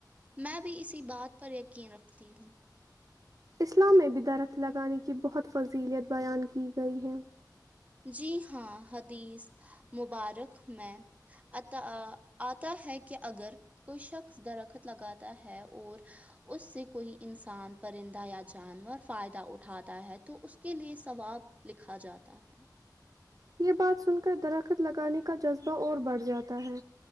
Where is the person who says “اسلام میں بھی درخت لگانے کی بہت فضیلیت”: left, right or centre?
Right